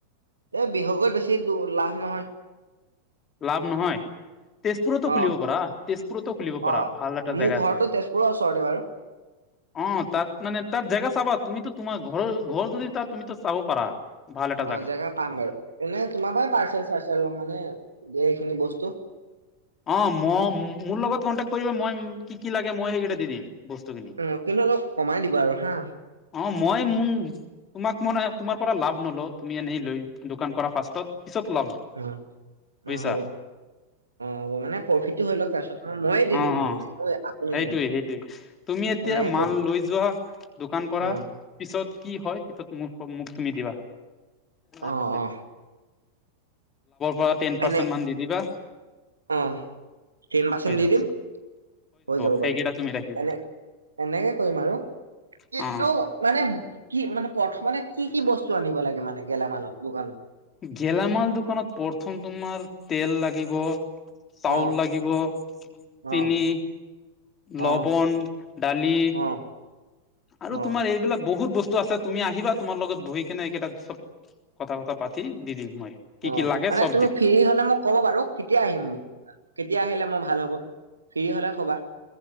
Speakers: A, on the right; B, on the left.
A: এ বিহগত বেছি তো লাভ নহয়।
B: লাভ নহয়। তেজপুৰতো
A: অ
B: খুলিব পাৰা, তেজপুৰতো খুলিব পাৰা
A: অ
B: ভাল এটা
A: মোৰ
B: জেগা
A: ঘৰটো
B: আছিল। <unintelligible>
A: তেজপুৰৰ ওচৰতে বাৰু
B: অঁ তাত মানে তাত জেগা চাবা, তুমিতো তোমাৰ ঘৰৰ ঘৰ যদি ত তুমি চাব পাৰা। ভাল এটা
A: অঁ
B: জাগা
A: জেগা পাম বাৰু, এনে তোমাৰ পৰাৰ পাৰ্চেল চাৰ্চেল মানে এইখিনি বস্তু।
B: অঁ ম মোৰ লগত কণ্টেক্ট কৰিব মই কি কি লাগে মই সেইকেইটা দি দিম বস্তুখিনি।
A: উম, কিন্তু অলপ কমাই দিব আৰু হা।
B: অঁ মই মুন তোমাক মই তোমাৰ পৰা লাভ নলও তুমি এনেই লৈ দোকান কৰা ফাৰ্ষ্টত পিছত ল'ম।
A: অ
B: বুজিছা
A: অ হ'ব অ হ'ব মানে প্ৰফিটটো হয় লওক তাৰপিছত। মই- ময়ে দি
B: অ
A: দিম লাগিলে
B: অ
A: মোৰ একো নাই
B: সেইটোয়ে সেইটোৱে তুমি এতিয়া
A: এনেকে
B: মাল
A: কৰিম
B: লৈ যোৱা। দোকান কৰা।
A: অ
B: পিছত কি হয় পিছতোক মোক তুমি দিবা। লাভৰ
A: অ অ
B: পৰা টেন পাৰ্চেন্ট
A: এনে
B: মান দি দিবা।
A: অ টেন পাৰ্চেণ্ট
B: হৈ
A: দি
B: যাব
A: দিম হৈ যাব
B: সেইকেইটা
A: বাৰু
B: তুমি ৰাখি
A: এনে, এনেকে কৰিম আৰু
B: অ
A: কিন্তু। মানে কি মানে প্ৰথম মানে কি কি বস্তু আনিব লাগে মানে গেলামালৰ দোকানত।
B: গেলামাল দোকানত প্ৰথম তোমাৰ তেল লাগিব। চাউল
A: অ
B: লাগিব চিনি,
A: অ
B: লৱন
A: অ
B: দালি।
A: অ
B: আৰু
A: অ
B: তোমাৰ এইবিলাক বহুত বস্তু আছে তুমি আহিবা তোমাৰ লগত বহি কেনে এইকেইটা চব, কথা বতি পাতি দি দিম মই, কি
A: অ
B: কি লাগে
A: মানে
B: চব
A: তুমি
B: দিম
A: ফ্ৰী হলে মোক, ক'ব বাৰু কেতিয়া আহিম মোক কেতিয়া আহিলে মই ভাল হ'ব ফ্ৰী হলে কবা।